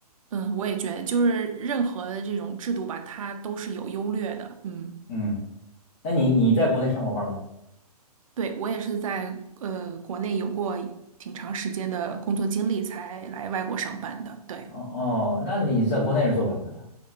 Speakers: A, on the right; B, on the left.
A: 嗯，我也觉得，就是任何的这种制度吧，它都是有优劣的。嗯。
B: 嗯，那你你在国内上过班吗？
A: 对，我也是在呃国内有过挺长时间的工作经历，才来外国上班的。对，
B: 哦哦，那你在国内是做什么的呢？